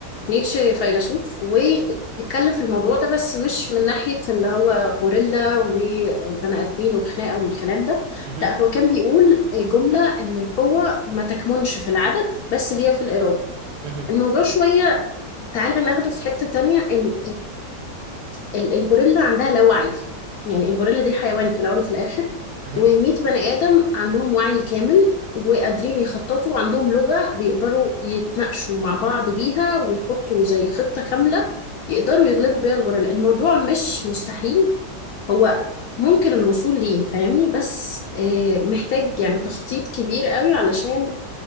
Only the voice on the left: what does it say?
نيتشه فيلسوف واتكلم في الموضوع ده بس مش من ناحية اللي هو غوريلا وبني آدمين وخناقة والكلام ده
لا هو كان بيقول جملة إن القوة ما تكمنش في العدد بس هي في الإرادة
الموضوع شوية تعالى ناخده في حتة تانية إن ال- الغوريلا عندها لا وعي يعني الغوريلا دي حيوان في الأول وفي الآخر
ومية بني آدم عندهم وعي كامل وقادرين يخططوا وعندهم لغة بيقدروا يتناقشوا مع بعض بيها ويحطوا زي خطة كاملة يقدروا يغلبوا بيها الغوريلا الموضوع مش مستحيل هو ممكن الوصول ليه فاهمني بس آه، محتاج يعني تخطيط كبير قوي علشان